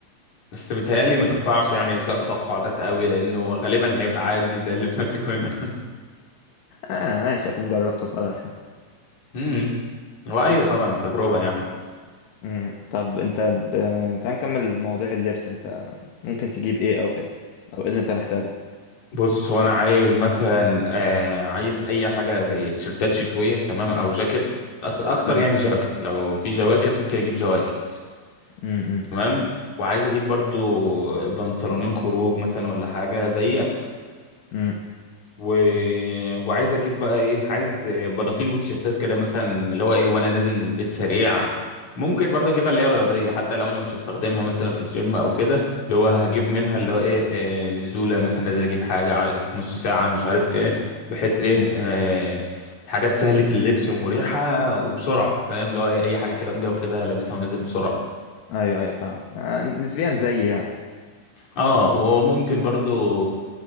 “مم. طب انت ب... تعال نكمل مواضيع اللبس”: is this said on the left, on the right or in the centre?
Left